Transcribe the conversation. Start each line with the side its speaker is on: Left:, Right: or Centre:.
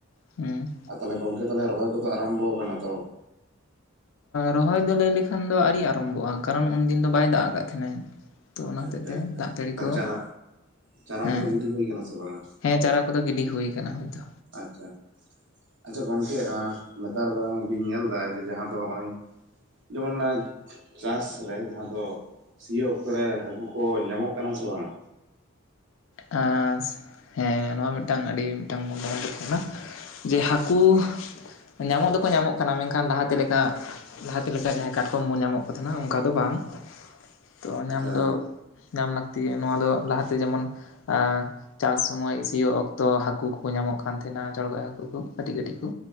Left: ᱦᱮᱸ
Right: ᱟᱨ ᱛᱟᱦᱚᱞᱮ ᱜᱚᱝᱠᱮ ᱛᱟᱦᱚᱞᱮ ᱨᱚᱦᱚᱭ ᱠᱚᱫᱚ ᱟᱨᱟᱢᱵᱷᱚ ᱟᱠᱟᱱᱟ ᱛᱚ,
Left: ᱨᱚᱦᱚᱭ ᱫᱚ ᱞᱟᱹᱭ ᱞᱮᱠᱷᱟᱱ ᱫᱚ ᱟᱹᱣᱨᱤ ᱟᱨᱚᱢᱵᱷᱚᱜᱼᱟ ᱠᱟᱨᱚᱱ ᱩᱱᱫᱤᱱ ᱫᱚ ᱵᱟᱭ ᱫᱟᱜ ᱟᱠᱟᱫ ᱛᱟᱦᱮᱸᱱᱟᱭ, ᱛᱚ ᱚᱱᱟ
Right: ᱟᱪᱪᱷᱟ
Left: ᱦᱚᱛᱮᱜ ᱛᱮ ᱫᱟᱜ ᱡᱟᱹᱲᱤ
Right: ᱟᱪᱪᱷᱟ
Left: ᱠᱚ
Right: ᱪᱟᱨᱟ ᱪᱟᱨᱟ
Left: ᱦᱮᱸ
Right: ᱠᱚᱫᱚ ᱜᱤᱰᱤ ᱦᱩᱭ ᱠᱟᱱᱟ ᱥᱮ ᱵᱟᱝᱟ?
Left: ᱦᱮᱸ ᱪᱟᱨᱟ ᱠᱚᱫᱚ ᱜᱤᱰᱤ ᱦᱩᱭ ᱟᱠᱟᱱᱟ ᱦᱚᱭ ᱫᱚ
Right: ᱟᱪᱪᱷᱟ, ᱟᱪᱷᱟ ᱜᱚᱢᱠᱮ ᱟᱸ ᱱᱮᱛᱟᱨ ᱵᱤᱱ ᱧᱮᱞ ᱮᱫᱟ ᱡᱮ ᱡᱟᱦᱟᱸ ᱫᱚ ᱱᱚᱜ-ᱚᱭ, ᱡᱮᱢᱚᱱ ᱱᱟᱪ ᱪᱟᱥ ᱨᱮ ᱡᱟᱦᱟᱸ ᱫᱚ ᱥᱤᱭᱳᱜ ᱚᱠᱛᱚ ᱨᱮ ᱦᱟᱠᱩ ᱠᱚ ᱧᱟᱢᱚᱜ ᱠᱟᱱᱟ ᱥᱮ ᱵᱟᱝᱼᱟ?
Left: ᱦᱟᱸ ᱦᱮᱸ ᱱᱚᱣᱟ ᱢᱤᱫᱴᱟᱝ ᱟᱹᱰᱤ ᱢᱤᱫᱴᱟᱝ ᱢᱩᱚᱱ <unintelligible> ᱠᱟᱱᱟ ᱡᱮ ᱦᱟᱹᱠᱩ ᱧᱟᱢᱚᱜ ᱫᱚᱠᱚ ᱧᱟᱢᱚᱜ ᱠᱟᱱᱟ ᱢᱮᱱᱠᱷᱟᱱ ᱞᱟᱦᱟᱛᱮ ᱞᱮᱠᱟ, ᱞᱟᱦᱟᱛᱮ ᱞᱮᱠᱟ ᱡᱟᱦᱟᱸᱭ ᱠᱟᱴᱠᱚᱢ ᱵᱚ ᱧᱟᱢᱚᱜ ᱠᱚ ᱛᱟᱦᱮᱱᱟ ᱚᱱᱠᱟ ᱫᱚ ᱵᱟᱝ, ᱛᱚ ᱧᱟᱢ
Right: ᱟᱪᱪᱷᱟ
Left: ᱫᱚ ᱧᱟᱢ ᱞᱟᱹᱠᱛᱤ ᱜᱮ ᱱᱚᱣᱟ ᱫᱚ ᱞᱟᱦᱟᱛᱮ ᱡᱮᱢᱚᱱ ᱮᱸ ᱪᱟᱥ ᱥᱚᱢᱚᱭ ᱥᱤᱭᱳᱜ ᱚᱠᱛᱚ ᱦᱟᱹᱠᱩ ᱠᱚᱠᱚ ᱧᱟᱢᱚᱜ ᱠᱟᱱ ᱛᱟᱦᱮᱱ ᱟ ᱡᱚᱲᱜᱚᱡ ᱦᱟᱹᱠᱩ ᱠᱚ ᱠᱟᱹᱴᱤᱡ ᱠᱟᱹᱴᱤᱡ ᱠᱚ,